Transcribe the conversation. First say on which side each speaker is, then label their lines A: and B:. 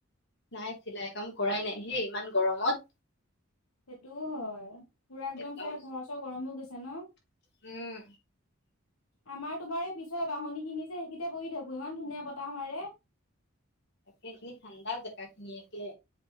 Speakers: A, on the left; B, on the left.
A: নাই চিলাই কাম কৰাই নাই। হে ইমান গৰমত।
B: সেইটোও হয়। পুৰা একদম
A: এই ব্লাউজ
B: চাই ঘৰ চৰ গৰম গৈছে ন'?
A: উম।
B: আমাৰ তোমাৰ এই পিছৰে বাহনিখিনি যে সেকিতে বহি থাকো ইমান ধুনীয়া বতাহ মাৰে।
A: তাকে সে ঠাণ্ডা জেকাখিনিয়েকে।